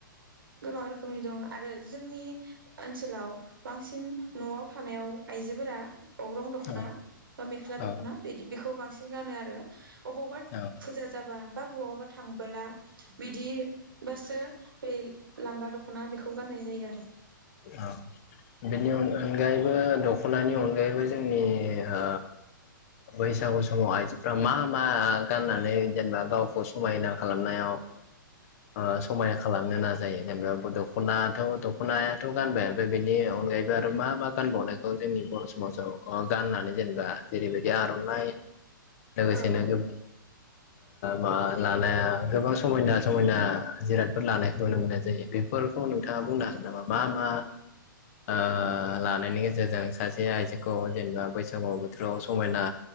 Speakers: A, on the right; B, on the left.
A: गोबां रोखोमनि दं आरो जोंनि ओनसोलाव बांसिन न'आव थानायाव आइजोफोरा अग्रं दख'ना
B: औ
A: बा मेख्ला दख'ना
B: औ
A: बेदि बेखौ बांसिन नो गानो आरो अबावबा
B: औ
A: फुजा जाबा बा बहाबा थांबोला बिदिबासो बे लांगा दख'ना बेखौ गाननाय जायो आरो
B: औ बेनि अनगायैबो दख'नानि अनगायैबो जोंनि ओ बैसागु समाव आइजोफ्रा मा मा गाननानै जेनेबा गावखौ समायना खालामनायाव ओ समायना खालामनायाव थ' गानबाय आरो बेनि अनगायैबो आरो मा मा गानबावनायखौ जोंनि बर' समाजाव ओ गाननानै जेनेबा जेरैबायदि आर'नाइ लोगोसेनो
A: औ
B: ओ मा लानाया गोबां समायना समायना जिरादफोर लानायखौ नुनो मोननाय जायो बेफोरखौ नोंथाङा बुंनो हागोन नामा? मा मा ओ लानायनि गेजेरजों सासे आइजोखौ जेनेबा बैसागु बोथोराव समायना